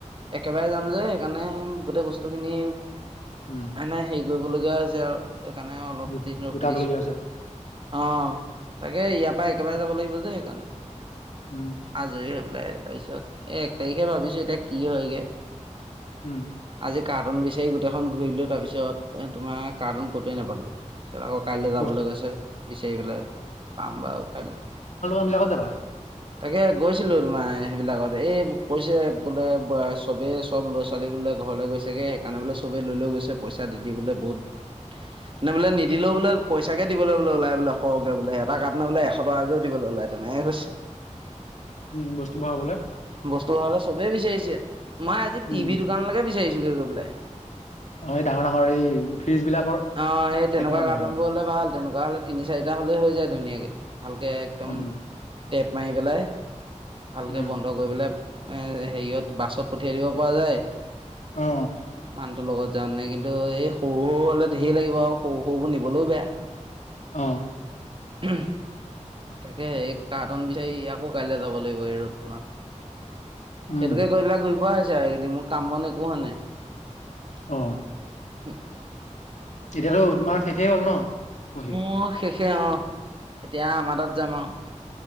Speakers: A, on the right (about 45°); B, on the left (about 70°).
A: একেবাৰে যাম যে, সেইকাৰণে গোটেই বস্তু খিনি,
B: উম
A: এনে হেৰি কৰিবলগীয়া হৈছে আৰু। সেইকাৰণে অলপ
B: গো-
A: দিন ৰখি
B: গোটাবলগীয়া
A: দিছো,
B: হৈছে
A: অ তাকে ইয়াত পা একেবাৰে যাব লাগিব যে সেইকাৰণে,
B: উম
A: আজৰি হৈ পেলাই তাৰপিছত এক তাৰিখে ভাবিছো এতিয়া কি হয়গে।
B: উম
A: আজ কাৰ্টুন বিচাৰি গোটেইখন ঘূৰিলো তাৰপিছত তোমাৰ কাৰ্টুন কতোৱে নাপালো আকৌ কাইলৈ যাবলৈ
B: বস্তু
A: কৈছে বিচাৰি পেলাই পাম বাৰু কাইলে
B: এতিয়া ক'ত যাবা।
A: তাকে গৈছিলো তোমাৰ সেইবিলাকত এই কৈছে বোলে চবেই চব ল'ৰা -ছোৱালী বোলে ঘৰলে গৈছেগে সেইকাৰণে বোলে চবেই লৈ লৈ গৈছে পইচা দি দি বোলে বহুত
B: উ <inaudible>
A: নে বোলে নিদিলে বোলে পইচাকে দি। দিবলৈ বোলে ওলাই বোলে সৰকে বোলে এটা কাটোনৰ বোলে এশ টকাকেও দিবলৈ ওলাই তেনে কৈছে
B: উম বস্তু ভৰাবলে
A: বস্তু ভৰাবলে চবেই বিচাৰি মই আজি
B: উম
A: টিভি দোকানলৈকে বিচাৰিছো গৈ পেলাই।
B: আমি ডাঙৰ ডাঙৰ এই ফ্ৰিজ বিলাকৰ
A: অ সেই
B: থাকে
A: তেনেকুৱা
B: ন ডাঙৰ
A: কাৰ্টোনবোৰ
B: ডাঙৰ
A: হলে ভাল। তেনেকুৱা হ'লে তিনি চাৰিটা হ'লে হৈ যায় ধুনীয়াকে ভালকে একদম
B: উম
A: টেপ মাৰি পেলাই ভালকে
B: উম
A: বন্ধ কৰি পেলাই এ হেৰিয়ত বাছত পঠিয়াই দিব পৰা যায়।
B: অ
A: মানুহটোৰ লগত যাওঁ নে কিন্তু এই সৰু সৰু হ'লে ধেৰ লাগিব আৰু সৰু সৰুবোৰ নিবলৈও বেয়া।
B: অ।
A: উ তাকে স কাৰ্টোন বিচাৰি আকৌ কাইলে যাব লাগিব এই ৰ'দখনত। সেইটোকে
B: উম
A: কৈ পেলাক ঘূৰি ফোৱা হৈছে আৰু এইকেইদিন মোৰ কাম বন একো হোৱা নাই
B: অ
A: উ <inaudible>
B: এতিয়া তো তোমাৰ শেষেই হ'ল ন? পঢ়ি
A: মোৰ শেষে আৰু, এতিয়া আমাৰ তাত যাম আৰু।